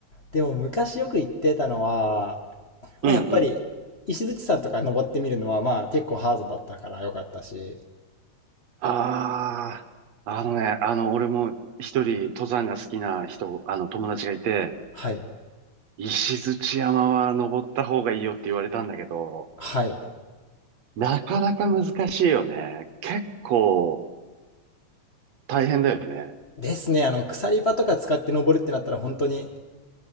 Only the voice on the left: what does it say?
でも昔よく行ってたのは、
まあ、やっぱり石鎚山とか登ってみるのはまあ結構ハードだったから良かったし、
はい、
はい。
ですね、あの鎖場とか使って登るってなったら本当に